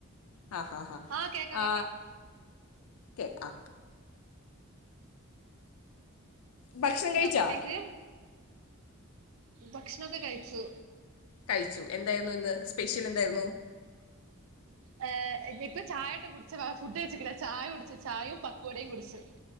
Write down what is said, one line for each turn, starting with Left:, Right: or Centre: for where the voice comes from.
Left: ആ ഹ ഹാ
Right: ആഹ് കേക്കാം
Left: ആ
Right: കേക്കാം
Left: കേ ആ ഭക്ഷണം
Right: കേൾക്കുന്നുണ്ടാ
Left: കഴിച്ചോ
Right: അങ്ങോട്ടേക്ക്. ഭക്ഷണൊക്കെ കഴിച്ചു
Left: കഴിച്ചു എന്തായിന്നുഇന്ന് സ്പെഷ്യൽ എന്തായിരുന്നു
Right: ഹ് ഇപ്പൊ ചായട്ടൊ കുടിച്ച് ഫുഡ് വെച്ചക്കില്ല ചായ കുടിച്ച് ചായും പക്കവടയും കുടിച്ച്